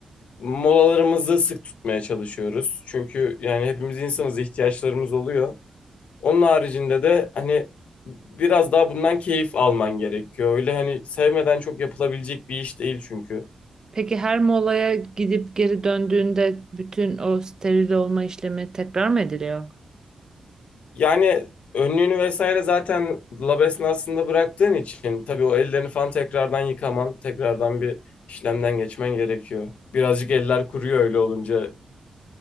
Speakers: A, on the left (about 85°); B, on the right (about 30°).
A: molalarımızı sık tutmaya çalışıyoruz. Çünkü yani hepimiz insanız ihtiyaçlarımız oluyor. Onun haricinde de hani biraz daha bundan keyif alman gerekiyor. Öyle hani sevmeden çok yapılabilecek bir iş değil çünkü.
B: Peki her molaya gidip geri döndüğünde bütün o steril olma işlemi tekrar mı ediliyor?
A: Yani önlüğünü vesaire zaten lab esnasında bıraktığın için tabii o ellerini falan tekrardan yıkaman, tekrardan bir işlemden geçmen gerekiyor. Birazcık eller kuruyor öyle olunca.